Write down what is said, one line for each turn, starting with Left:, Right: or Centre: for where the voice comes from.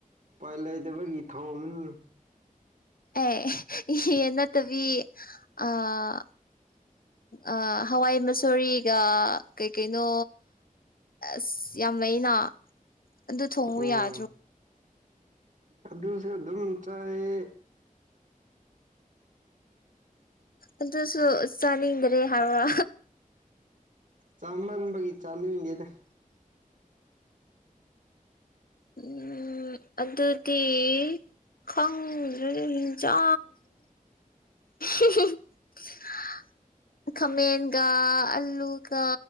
Right: ꯎꯄꯥꯏ ꯂꯩꯇꯕꯒꯤ ꯊꯧꯡꯕꯅꯤꯅ‌ꯦ
Left: ꯑꯦ <unintelligible> ꯌꯦꯟ ꯅꯠꯇꯕꯤ ꯑꯥ ꯑꯥ ꯍꯋꯥꯏ ꯃꯨꯁꯣꯔꯤꯒ ꯀꯩ ꯀꯩꯅꯣ ꯑꯁ ꯌꯥꯝ ꯂꯩꯅ ꯑꯗꯨ ꯊꯣꯡꯉꯨ
Right: ꯎꯝ
Left: ꯌꯥꯗ꯭ꯔꯣ
Right: ꯑꯗꯨꯁꯨ ꯑꯗꯨꯝ ꯆꯥꯏꯌꯦ
Left: ꯑꯗꯨꯁꯨ ꯆꯥꯅꯤꯡꯗ꯭ꯔꯦ ꯍꯥꯏꯕ꯭ꯔꯥ
Right: ꯆꯥꯃꯟꯕꯒꯤ ꯆꯥꯅꯤꯡꯗꯦꯗ
Left: ꯎꯝ ꯑꯗꯨꯗꯤ ꯈꯪꯗ꯭ꯔ <unintelligible> ꯈꯥꯃꯦꯟꯒ ꯑꯂꯨꯒ